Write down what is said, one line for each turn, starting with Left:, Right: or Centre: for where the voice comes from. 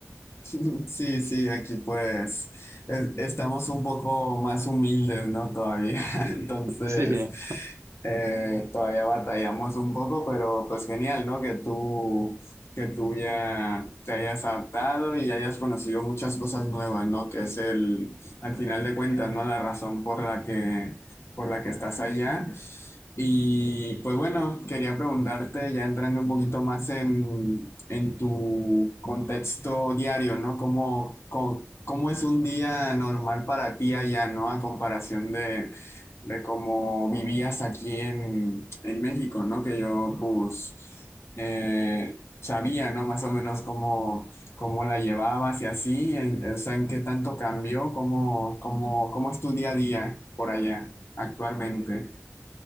Left: <laughs> Sí, sí, aquí pues es- estamos un poco más humildes, ¿no? Todavía.
Right: <laughs>
Left: <laughs> Entonces,
Right: Sí, sí.
Left: eh, todavía batallamos un poco, pero pues genial, ¿no? Que tú, que tú ya te hayas adaptado y hayas conocido muchas cosas nuevas, ¿no? Que es el, al final de cuentas, ¿no? La razón por la que por la que estás allá. Y pues bueno, quería preguntarte, ya entrando un poquito más en, en tu contexto diario, ¿no? ¿Cómo, cómo, cómo es un día normal para ti allá, ¿no? A comparación de, de cómo vivías aquí en, en México, ¿no? Que yo pues eh, sabía, ¿no? Más o menos cómo, cómo la llevabas y así, en- o sea, en qué tanto cambió, cómo, cómo, cómo es tu día a día por allá actualmente.